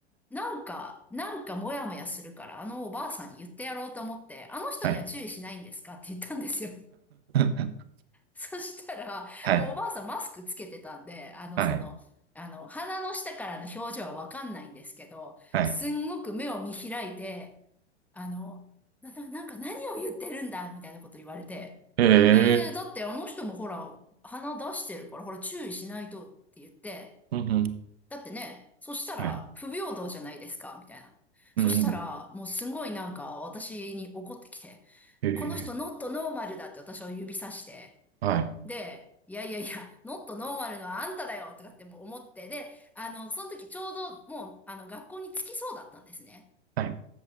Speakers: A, in the centre; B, on the right.
A: なんか、なんかモヤモヤするから、あのおばあさんに言ってやろうと思って、あの人には注意しないんですかって言ったんですよ。
B: はい。
A: <laughs>
B: <laughs>
A: そしたら、
B: はい。
A: もうおばあさんマスクつけてたんで、あの、
B: はい。
A: その、あの、鼻の下からの表情はわかんないんですけど、
B: はい。
A: すんごく目を見開いて、あの、な、ななんか何を言ってるんだみたいなこと言われて、
B: へえ。
A: いやいや、だってあの人もほら、鼻出してるから、ほら注意しないとって言って、
B: うん。うん。
A: だってね、そしたら不平等じゃないですかみたいな。
B: はい。うんうん。
A: そしたら、もうすごいなんか私に怒ってきて、
B: へえ。
A: この人ノットノーマルだって私を指さして、
B: はい。
A: で、いやいやいや、ノットノーマルのはあんただよとかってもう思って、で、あの、その時ちょうどもう、あの、学校に着きそうだったんですね。
B: はい。